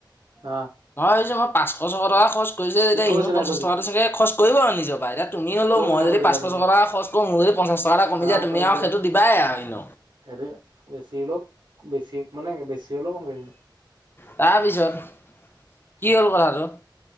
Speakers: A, on the right; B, on the left.
A: অ
B: মই ভাবিছো মই পাঁচশ টকা খৰচ কৰিছো তেতিয়া
A: ই কৈছিলা
B: হিনো পঞ্চাশ
A: কৈছিল
B: টকাটো চাগে খৰচ কৰিব আৰু নিজক বাই তুমি হ'লেও
A: কৈছিলা
B: মই
A: কৈছিলা
B: যদি পাঁচশ
A: তুমি
B: ছশ টকা খৰচ কৰোঁ মোৰ যদি পঞ্চাছ টকা এটা কমি
A: অ
B: যায় তুমি
A: কৰিম
B: আৰু
A: কৰিম
B: সেইটো দিবাই আৰুন
A: হেৰি বেছি হলেও বেছি মানে বেছি হলেও কমকৈ
B: তাৰপিছত কি হ'ল কথাটো